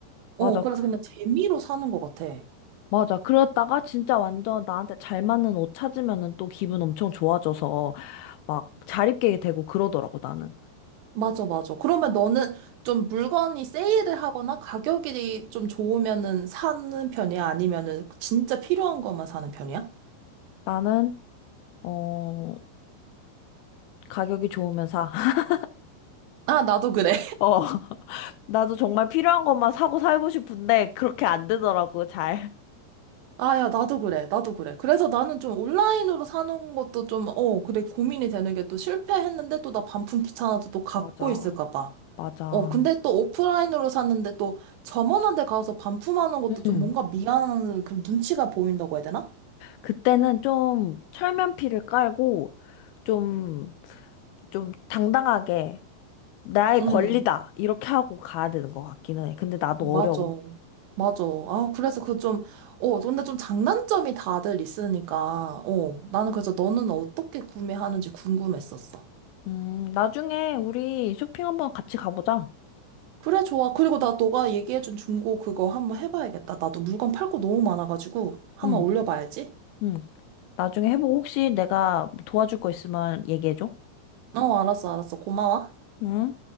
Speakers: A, on the right; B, on the left.
A: 어,
B: 맞아.
A: 그래서
B: 그
A: 그냥 재미로 사는 것 같아.
B: 맞아. 그러다가 진짜 완전 나한테 잘 맞는 옷 찾으면은 또 기분 엄청 좋아져서 막 자립게 되고 그러더라고, 나는.
A: 맞아, 맞아. 그러면 너는 좀 물건이 세일을 하거나 가격이 좀 좋으면은 사는 편이야? 아니면은 진짜 필요한 것만 사는 편이야?
B: 나는, 어, 가격이 좋으면 사. <laughs>
A: 아, 나도 그래.
B: 어, 나도 정말 필요한 것만 사고 살고 싶은데 그렇게 안 되더라고, 잘.
A: 아, 야, 나도 그래. 나도 그래. 그래서 나는 좀 온라인으로 사는 것도 좀, 어, 그래, 고민이 되는 게 또 실패했는데 또 나 반품 귀찮아서 또 갖고
B: 맞아.
A: 있을까 봐.
B: 맞아.
A: 어, 근데 또 오프라인으로 샀는데 또 점원한테 가서 반품하는 것도 좀
B: 음.
A: 뭔가 미안한 그 눈치가 보인다고 해야 되나?
B: 그때는 좀 철면피를 깔고 좀, 좀 당당하게 나의
A: 응,
B: 권리다. 이렇게 하고 가야 되는 것 같기는 해. 근데 나도
A: 맞아.
B: 어려워.
A: 맞아. 아, 그래서 그 좀, 어, 근데 좀 장단점이 다들 있으니까, 어, 나는 그래서 너는 어떻게 구매하는지 궁금했었어.
B: 음, 나중에 우리 쇼핑 한번 같이 가보자.
A: 그래, 좋아. 그리고 나 너가 얘기해준 중고 그거 한번 해봐야겠다. 나도 물건 팔 거 너무 많아가지고 한번
B: 응,
A: 올려봐야지.
B: 응. 나중에 해보고 혹시 내가 뭐 도와줄 거 있으면 얘기해줘.
A: 어, 알았어, 알았어. 고마워.
B: 응?